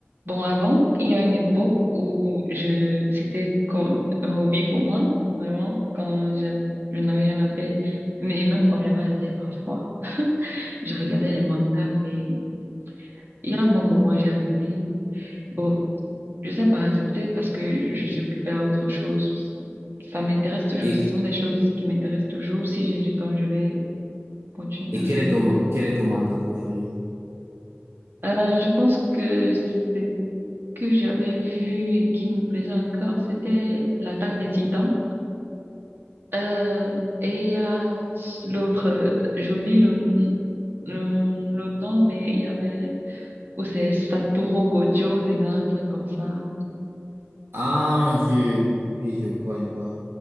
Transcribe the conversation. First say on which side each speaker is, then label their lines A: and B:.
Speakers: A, on the right; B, on the right.
A: bon, avant, il y a une époque où je, c'était comme un hobby pour moi, vraiment, quand j'avais- je n'avais rien à faire, mais même quand j'avais à faire parfois, je regardais les mangas, mais il y a un bon moment, j'ai arrêté. Bon, je sais pas, c'est peut-être parce que je suis occupée à autre chose. Ça m'intéresse toujours,
B: Et,
A: ce sont des choses qui m'intéressent toujours. Si j'ai du temps, je vais continuer
B: et
A: à
B: quel
A: regarder.
B: est ton, quel est ton manga préféré?
A: Euh, je pense que c'est que j'avais vu et qui me plaisait encore, c'était l'attaque des Titans. Euh, et il y a l'autre, euh, j'oublie le, le, le nom, mais il y avait, ou c'est Satoru Gojo dedans, un truc comme ça.
B: Ah, je, oui, je vois, je vois.